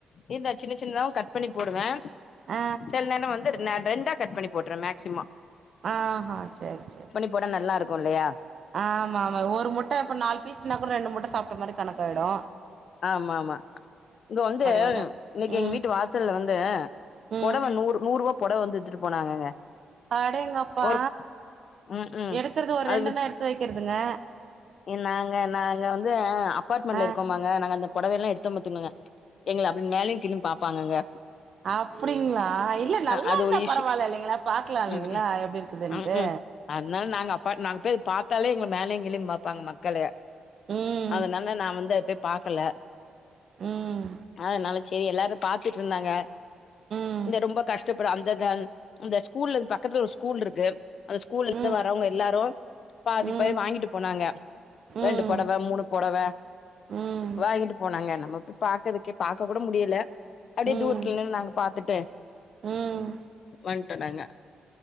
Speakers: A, on the left; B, on the right.
A: இதா சின்ன சின்னதாவு கட் பண்ணி போடுவே
B: ஆ
A: செலநேரோ வந்து ரெண்டா கட் பண்ணி போட்ருவ மேக்சிமம்
B: ஆஹா சேர் சேரி
A: போட்டா நல்லா இருக்கு இல்லயா
B: ஆமாமா ஒரு முட்ட இப்ப நால் பீஸ்னா கூட ரெண்டு முட்ட சாப்ட மாரி கணக்காய்டு
A: ஆமாமா இங்க வந்து
B: ஆயிடு
A: இன்னக்கி
B: ம்
A: எங்க வீட்டு வாசல்ல வந்து
B: ம்
A: புடவ நூற் நூறுவா புடவ வந்து வித்துட்டு போனாங்கங்க
B: அடேங்கப்பா
A: ஒரு ம் ம்
B: எடுக்கறது ஒரு
A: அது
B: ரெண்டுண்ணா
A: வித்
B: எடுத்து வெக்கிறதுங்க
A: நாங்க நாங்க வந்து அப்பார்ட்மெண்ட்ல
B: ஆ
A: இருக்கோமாங்க நாங்க அந்த பொடவைலா எடுத்தோ பாத்துக்குங்க எங்கள அப்டி மேலயு கீழயு பாப்பாங்கங்க
B: அப்பிடிங்ளா இல்ல நல்லா
A: அது
B: இருந்தா
A: ஒரு இஷ்யூ
B: பரவால இல்லைங்ளா பாக்லா இல்லைங்ளா
A: ம் ம்
B: எப்டி இருக்குதுன்ட்டு
A: ம் ம் அதனால நாங்க அப்பாட் நாங்க போய் பாத்தாலே எங்கள மேலயு கீழயு பாப்பாங்க மக்களு
B: ம்
A: அதனால நா வந்து அத போய் பாக்கல
B: ம்
A: அதனால சேரி எல்லாரு பாத்துட்டு இருந்தாங்க
B: ம்
A: இந்த ரொம்ப கஷ்டப்ப அந்த அந்த ஸ்கூல்லுக் பக்கத்துல ஒரு ஸ்கூல் இருக்கு அந்த ஸ்கூல்ல இருந்து
B: ம்
A: வரவங்க எல்லாரு பாதி
B: ம்
A: பாதி வாங்கிட்டு போனாங்க
B: ம்
A: ரெண்டு பொடவ மூணு பொடவ
B: ம்
A: வாங்கிட்டு போனாங்க நமக்கு பாக்கதுக்கே பாக்க கூட முடியல அப்டியே
B: ம்
A: தூரத்துல நின்னு நாங்க பாத்துட்டு
B: ம்
A: வன்ட்டோ நாங்க